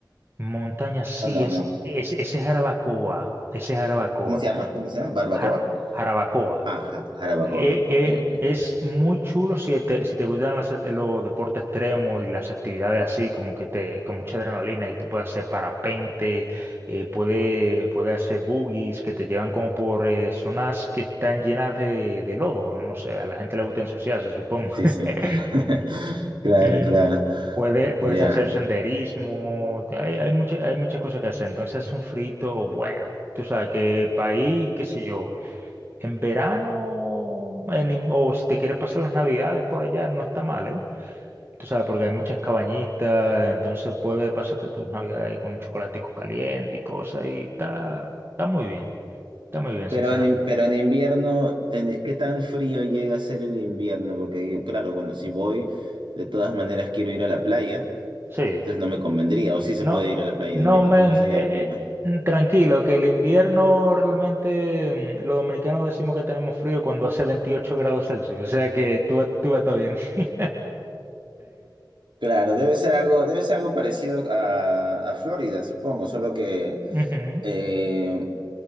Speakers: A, on the right; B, on the right.
A: Montaña, sí,
B: Oh, no,
A: es,
B: no.
A: es, ese es Jarabacoa, ese es Jarabacoa,
B: ¿Cómo se llama? ¿Cómo se llama? ¿Barbacoa?
A: Jar- Jarabacoa.
B: Ah, ja- jarabacoa.
A: Eh,
B: Ok,
A: eh,
B: ok.
A: es muy chulo si te, si te gustan las- los deportes extremos y las actividades así, como que te, con mucha adrenalina y tú puedes hacer parapente, eh, puedes, puedes hacer boogies que te llevan como por eh, zonas que están llenas de, de lodo, no sé, a la gente le gusta ensuciarse, supongo.
B: Sí,
A: <laughs>
B: sí. <laughs> Claro,
A: Mm,
B: claro.
A: Puede, puedes
B: Ya.
A: hacer senderismo, hay, hay mucha- hay muchas cosas que hacer. Entonces, un frito, bueno, tú sabes que país, qué sé yo, en verano, en in- o si te quieres pasar las navidades por allá, no está mal, ¿eh? Tú sabes, porque hay muchas cabañitas, entonces puedes pasarte tus navidades ahí con un chocolatico caliente y cosas, y está, está muy bien, está muy bien,
B: Pero
A: sinceramente.
B: en, in- pero en invierno, en- ¿qué tan frío llega a ser el invierno? Porque digo, claro, bueno, si voy, de todas maneras quiero ir a la playa,
A: Sí.
B: entonces no me convendría, o sí se
A: No,
B: puede ir a la playa
A: no,
B: en invierno.
A: men,
B: ¿Cómo es allá
A: eh,
B: el clima?
A: eh, mm, tranquilo, que el invierno realmente mm, los dominicanos decimos que tenemos frío cuando hace 28 grados Celsius, o sea que tú, vas- tú vas a estar bien. <laughs>
B: Claro, debe ser algo, debe ser algo parecido a, a Florida, supongo, solo que
A: Ujú,
B: eh,